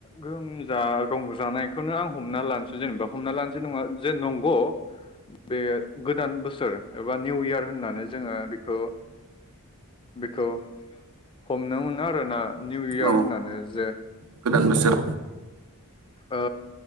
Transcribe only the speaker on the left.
गोमजा रंजानायखौनो आं हमना लानोसै जेनेबा हमना लानोसै नंङा जे नंगौ बे गोदान बोसोर एबा निउ इयार होननानै जोङो बेखौ बेखौ हमनो मोनो आरोना निउ इयार
होननानै जे
ओ